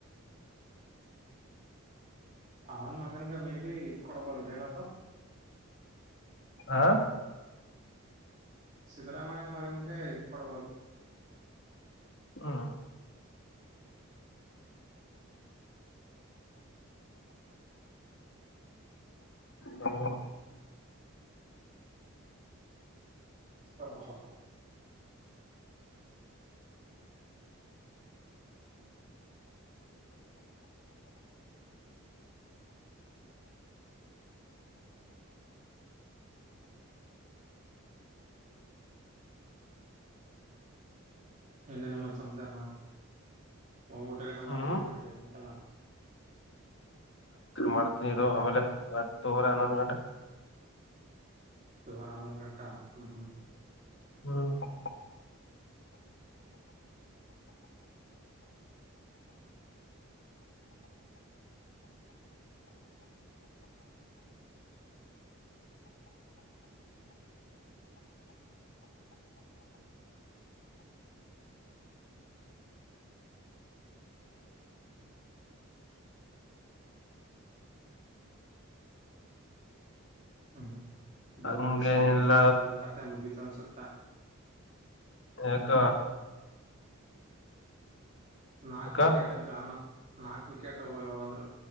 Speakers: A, on the right; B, on the left.
A: ಹನ್ ಮಗನ್ಗೆ ಮೇ ಬಿ ಇದು ಕಡೋಪಲುಜನ
B: ಹಾ
A: ಸಿದ್ದರಾಮಯ್ಯ ಮಗನ್ಗೆ ಇದ ಕೊಡ್ಬಹದು
B: ಹಾ ಹ್ಮ
A: ಹ ಹ ಹ ಹಾ ಇಏನ್ನೇನ ಮ ಸಂಚಾರ ಊಟ ಗಿಡ
B: ಹ್ಮ್
A: ಮಾಡಿನೇನ ಟೈಮ್ ಐತನ
B: ಮಾಡ್ತೀನಿರು ಆಮೇಲೆ ಹತ್ತುುವರೆ ಹನ್ನೊಂದ್ ಗಂಟೆ
A: ಬರ ಆನಂದ ಕಟಾ ಹ್ಮ್ ಹ್ಮ್
B: ಹ್ಮ್
A: ಹ್ಮ್ ಬುಡಮಲ್
B: ಹಂಗೇನಿಲ್ಲ
A: ಸನ್ ರೈಸರ್ಸ್ ಅವ್ರ್ದ ಕತೆೆ ಮುಗೀತ ಅನ್ಸುತ್ತಾ
B: ಆಕ್ಕ
A: ನಾಕ್
B: ಯಾಕ
A: ವಿಕೆಟ್ ಗಾನ ನಾಕು ವಿಕೆಟ್ಾದ್ರು